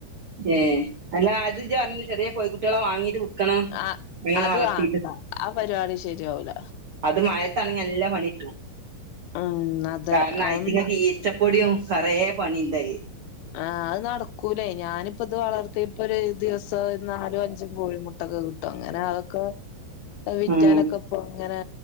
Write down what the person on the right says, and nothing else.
ഏ അല്ലാ ആത് പറഞ്ഞ ചെറിയ കോഴിക്കുട്ടികളെ വാങ്ങീട്ട് വിക്കണം
അങ്ങനെ
വളർത്തിയിട്ട്
അത് മഴത്താണെങ്കി എല്ലാം പണിട്ടും
കാരണം
ആഐത്തിങ്ങക്ക് ഈച്ച <unintelligible> യും കറയേ പണിണ്ടായി
ഉം